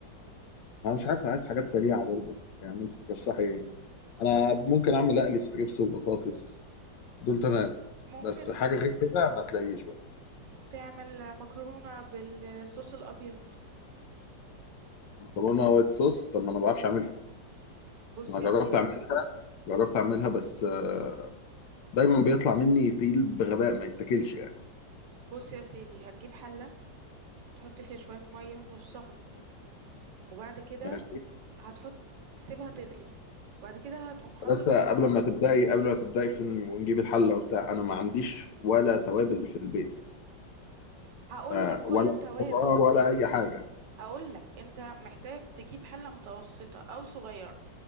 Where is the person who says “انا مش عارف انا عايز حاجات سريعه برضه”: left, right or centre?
Left